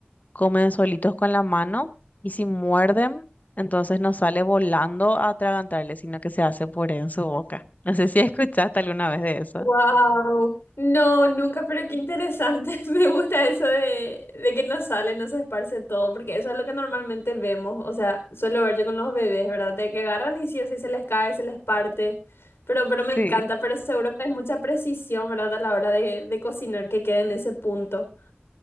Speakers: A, on the left (about 40°); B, on the left (about 80°).
A: comen solitos con la mano y si muerden, entonces no sale volando a atragantarle, sino que se hace puré en su boca. No sé si <laughs> escuchaste alguna vez de eso.
B: Wow. No, nunca, pero qué interesante. <laughs> Me gusta eso de, de que no sale, no se esparce todo, porque eso es lo que normalmente vemos. O sea, suelo ver yo con los bebés, ¿verdad? De que agarran y sí o sí se les cae, se les parte. Pero, pero me encanta,
A: Sí.
B: pero seguro que es mucha precisión, ¿verdad? A la hora de, de cocinar que quede en ese punto.